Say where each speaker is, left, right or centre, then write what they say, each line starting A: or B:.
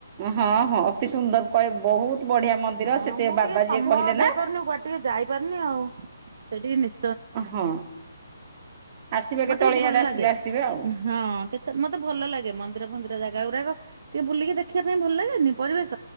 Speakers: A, on the right; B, on the right.
A: ହଁ ହଁ ଅତି ସୁନ୍ଦର କହ ବହୁତ ବଢ଼ିଆ ମନ୍ଦିର
B: ହଁ,
A: ସେ ଯେ
B: ମୁଁ
A: ବାବା
B: ଟିକେ ସମୟ
A: ଯିଏ କହିଲେ ନା
B: ଦେଇପାରୁନି, କୁଆଡେ ଟିକେ ଯାଇପାରୁନି ଆଉ, ସେଠିକି ନି
A: ହଁ, ଆସିବେ
B: ମତେ
A: କେତେବେଳେ
B: ବି
A: ଇଆଡେ
B: ଭଲ
A: ଆସିଲେ,
B: ଲାଗେ।
A: ଆସିବେ। ଆଉ
B: ହଁ, କେତେ ମତେ ଭଲ ଲାଗେ ମନ୍ଦିର ଫନ୍ଦିର ଜାଗା ଗୁ୍ରାକ। ଟିକେ ବୁଲିକି ଦେଖିବା ପାଇଁ ଭଲ ଲାଗେନି? ପରିବେଶ